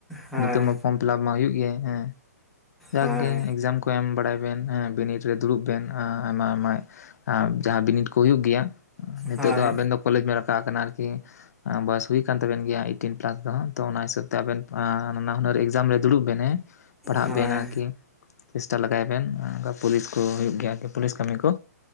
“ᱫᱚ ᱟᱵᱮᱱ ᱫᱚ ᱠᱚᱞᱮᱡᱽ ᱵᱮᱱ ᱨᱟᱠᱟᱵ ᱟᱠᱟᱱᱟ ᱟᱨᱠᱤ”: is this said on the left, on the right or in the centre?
Left